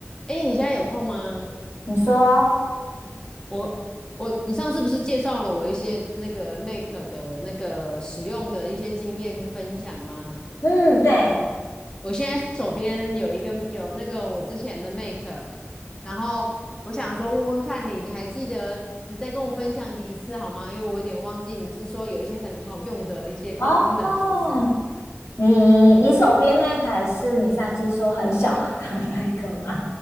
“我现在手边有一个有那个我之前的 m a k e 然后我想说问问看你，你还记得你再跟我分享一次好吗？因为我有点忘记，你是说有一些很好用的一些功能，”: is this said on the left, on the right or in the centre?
Left